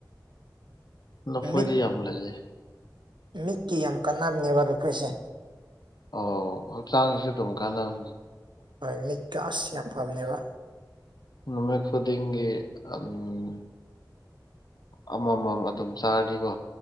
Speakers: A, on the left; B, on the right.
A: ꯂꯐꯣꯏꯗꯤ
B: ꯃꯤꯠ
A: ꯌꯥꯝ ꯂꯩꯌꯦ
B: ꯃꯤꯠꯀꯤ ꯌꯥꯝ ꯀꯥꯟꯅꯕꯅꯦꯕ ꯂꯈꯣꯏꯁꯦ
A: ꯑꯣ ꯍꯛꯆꯥꯡꯒꯤꯁꯨ ꯑꯗꯨꯝ ꯀꯥꯟꯅꯕꯅꯤ
B: ꯍꯣꯏ ꯃꯤꯠꯀꯥꯁ ꯌꯥꯝ ꯐꯥꯕꯅꯦꯕ
A: ꯅꯃꯤꯠ ꯈꯨꯗꯤꯛꯒꯤ ꯑꯗꯨꯝ ꯑꯃꯃꯝ ꯑꯗꯨꯝ ꯆꯥꯔꯗꯤꯀꯣ